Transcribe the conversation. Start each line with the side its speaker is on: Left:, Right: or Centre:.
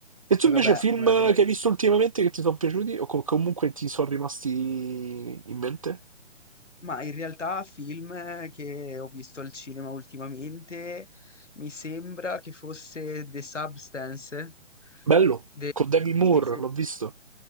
Right: E tu
Left: Poi
Right: invece
Left: vabbè,
Right: film
Left: una delle
Right: che hai visto ultimamente che ti sono piaciuti o com- comunque ti sono rimasti in mente?
Left: Ma in realtà film che ho visto al cinema ultimamente, mi sembra che fosse The Substance,
Right: Bello,
Left: de-
Right: con Demi Moore,
Left: mi sem-
Right: l'ho visto.